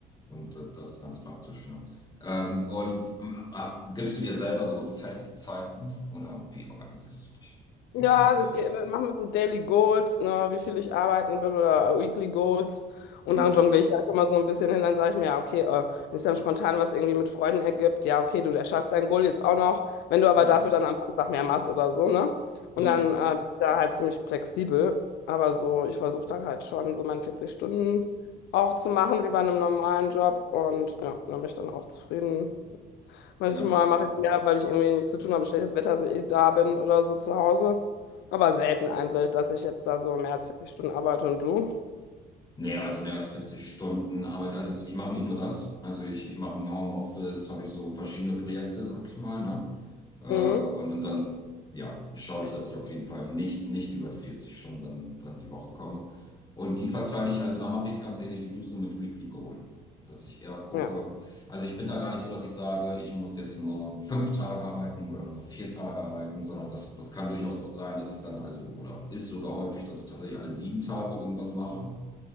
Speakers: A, on the left; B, on the left.
A: Und äh, das ist ganz praktisch, ne? Ähm, und ähm, ah, gibst du dir selber so Festzeiten oder wie organisierst du dich im
B: Ja,
A: Homeoffice?
B: also ich mache mir so Daily Goals, ne, wie viel ich arbeiten will oder Weekly Goals. Und
A: Hm.
B: dann jongliere ich da schon mal so ein bisschen hin. Dann sage ich mir, ja, okay, äh, wenn es dann spontan was irgendwie mit Freunden ergibt, ja, okay, du erschaffst dein Goal jetzt auch noch, wenn du aber
A: Ja,
B: dafür dann am Samstag mehr machst oder so, ne? Und
A: ja,
B: dann äh, bin ich da halt ziemlich flexibel. Aber so, ich versuche dann halt schon so meine 40 Stunden auch zu machen, wie bei einem normalen Job. Und ja, dann bin ich dann auch zufrieden. Manchmal
A: ja.
B: mache ich mir, weil ich irgendwie nichts zu tun habe, schlechtes Wetter, dass ich eh da bin oder so zu Hause. Aber selten eigentlich, dass ich jetzt da so mehr als 40 Stunden arbeite und du.
A: Nee, also mehr als vierzig Stunden Arbeit. Also es- ich mache nicht nur das. Also ich, ich mache im Homeoffice, habe ich so verschiedene Projekte, sag ich mal, ne? Äh, und,
B: Mhm.
A: und dann, ja, schaue ich, dass ich auf jeden Fall nicht, nicht über die 40 Stunden dann, dann die Woche komme. Und die verteile ich, also da mache ich es ganz ähnlich wie du so mit Weekly Goal. Dass ich eher gucke,
B: Ja,
A: also ich bin da gar nicht so, dass ich sage, ich muss jetzt nur fünf Tage arbeiten oder nur vier Tage arbeiten, sondern das, das kann durchaus auch sein, dass ich dann, also, oder ist sogar häufig, dass ich tatsächlich alle sieben Tage irgendwas mache,